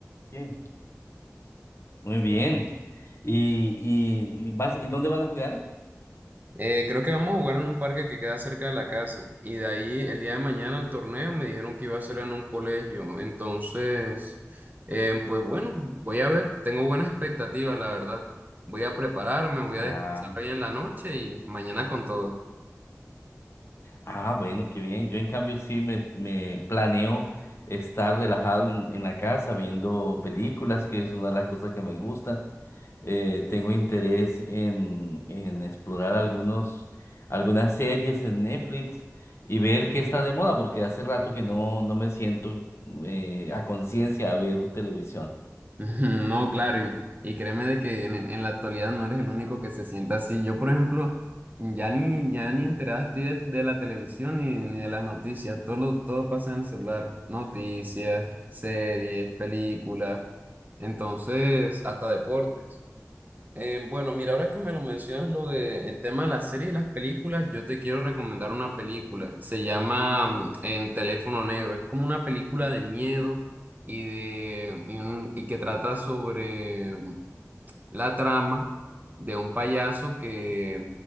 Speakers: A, on the left; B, on the right.
A: bien. Muy bien. ¿Y, y, y vas, ¿y dónde van a jugar?
B: Eh, creo que vamos a jugar en un parque que queda cerca de la casa. Y de ahí, el día de mañana, el torneo me dijeron que iba a ser en un colegio. Entonces, eh, pues bueno, voy a ver. Tengo buenas expectativas, la verdad. Voy a prepararme, voy
A: Ah,
B: a descansar hoy en la noche y mañana con todo.
A: ah, bueno, qué bien. Yo en cambio sí me, me planeo estar relajado en, en la casa viendo películas, que es una de las cosas que me gustan. eh, tengo interés en, en explorar algunos, algunas series en Netflix y ver qué está de moda, porque hace rato que no, no me siento eh, a conciencia a ver televisión.
B: Ujú, No, claro, y, y créeme de que en, en- en la actualidad no eres el único que se sienta así. Yo, por ejemplo, ya ni, ya ni enterada estoy de, de la televisión ni, ni de las noticias. Todo, lo- todo pasa en el celular. Noticias, series, películas, entonces, hasta deportes. Eh, bueno, mira, ahora que me lo mencionas, lo de el tema de las series y las películas, yo te quiero recomendar una película. Se llama mm, En Teléfono Negro. Es como una película de miedo y de y, un- y que trata sobre la trama de un payaso que,